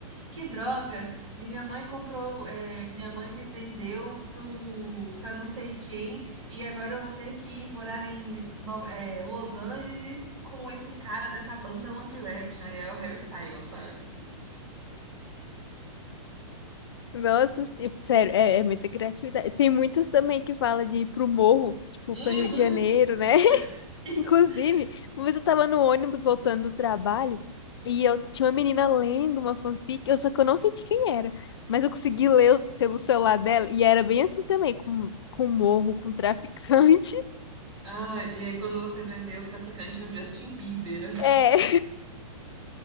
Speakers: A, on the right; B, on the left.
A: Que droga! Minha mãe comprou, é, minha mãe me vendeu pro, pra não sei quem, e agora eu vou ter que ir morar em Nova- é, Los Angeles com esse cara dessa banda One Direction, e é o Harry Styles, sabe?
B: Nossa, se- sério, é, é muita criatividade. Tem muitas também que fala de ir pro morro, tipo,
A: Uhum.
B: pra Rio de Janeiro, né? <laughs>
A: <laughs>
B: Inclusive, uma vez eu tava no ônibus voltando do trabalho e eu tinha uma menina lendo uma fanfic, eu só que eu não sei de quem era, mas eu consegui ler pelo celular dela e era bem assim também, com, com morro, com traficante. <laughs>
A: Ah, e aí quando você vai ver, o traficante é o Justin Bieber, <laughs> assim.
B: É.